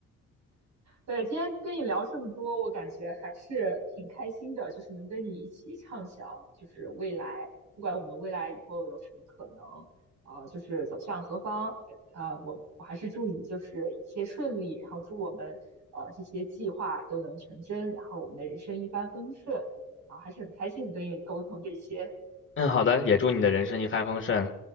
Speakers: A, on the right; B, on the left.
A: 对，今天跟你聊这么多，我感觉还是挺开心的，就是能跟你一起畅想，就是未来，不管我们未来以后有什么可能，呃，就是走向何方，呃，我我还是祝你就是一切顺利，然后祝我们呃这些计划都能成真，然后我们的人生一帆风顺，然后还是很开心的跟你沟通这些。
B: 嗯，好的，也祝你的人生一帆风顺。